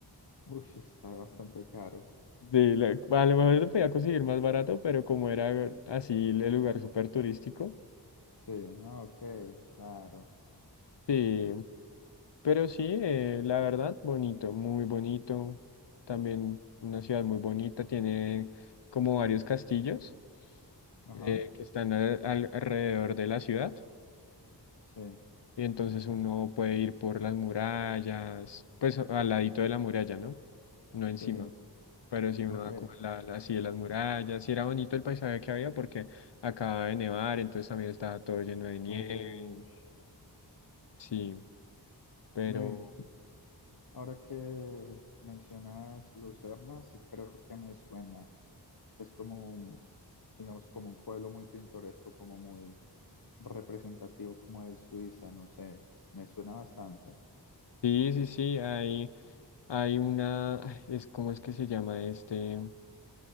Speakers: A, on the left; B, on the left.
A: Uy, está bastante caro.
B: <laughs> sí, la- a lo mejor se podía conseguir más barato, pero como era así el lugar súper turístico,
A: Sí, ah, ok, claro.
B: sí, Pero sí, eh, la verdad, bonito, muy bonito. También una ciudad muy bonita, tiene como varios castillos
A: Ajá,
B: eh, que están al- al- alrededor de la ciudad.
A: sí,
B: Y entonces uno puede ir por las murallas, pues al ladito de la muralla, ¿no? No encima,
A: sí, sí,
B: pero si uno
A: ok.
B: va como a la, la- así de las murallas. Y era bonito el paisaje que había porque acababa de nevar, entonces también estaba todo lleno de nieve.
A: Ush.
B: Sí, pero...
A: No, y ahora que mencionas Lucerna, sí creo que me suena. Es como un, digamos, como un pueblo muy pintoresco, como muy representativo, como de Suiza, no sé. Me suena bastante.
B: Sí, sí, sí, hay, hay una, ay, es cómo es que se llama este,